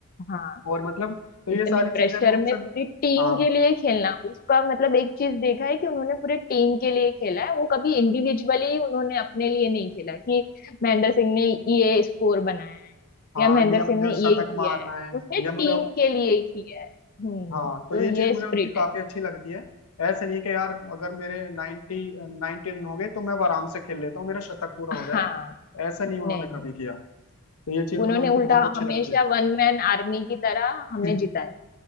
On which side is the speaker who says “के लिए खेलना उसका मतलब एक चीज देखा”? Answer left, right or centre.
Left